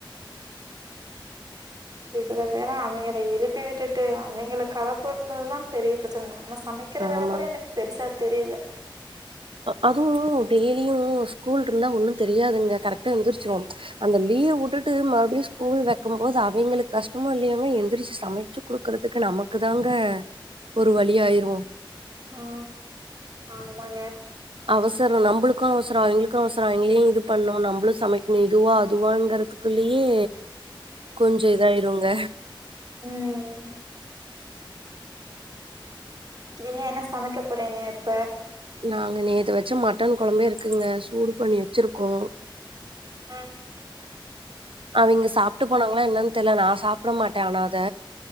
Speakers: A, on the right; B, on the right.
A: இதுல வேற அவிங்கள எழுப்பி விட்டுட்டு அவிங்கள கெளப்பனுன்றதுதா பெரிய பிரச்சனை நம்ம சமைக்க கிற வேலை
B: ஆமாங்க
A: கூட எனக்கு பெருசா தெரியல
B: அதுவு டெய்லியு ஸ்கூல் இருந்தா ஒன்னு தெரியாதுங்க கரெக்ட் ட்டா எந்திரிச்சுருவோ அந்த லீவ் விட்டு ட்டு மறுபடியு ஸ்கூல் வைக்கும்போது அவிங்களுக்கு கஷ்டம இல்லையோங்க எந்திரிச்சு சமைச்சு குடுக்கறது த்துக்கு நமக்கு தாங்க ஒரு வழி ஆயிருவோ
A: ஆ ஆமாங்க
B: அவசரம் நம்மளுக்கு அவசரம் அவங்களுக்கு அவசரம் அவங்களையு இது பண்ணணு நம்மளு சமைக்கணு இதுவா அதுவாங்கறதுக்கு குள்ளயே கொஞ்ச இதாயிருங்க
A: ம் நீங்க என்ன சமைக்க போறீங்க இப்ப
B: நாங்க நேத்து வச்ச மட்டன் குழம்ப இருக்குங்க சூடு பண்ணி வச்சிருக்கோ
A: ஆ
B: அவிங்க சாப்ட்டு போனாங்களா என்னன்னு தெர்ல நான் சாப்பிட மாட்டே ஆனா அத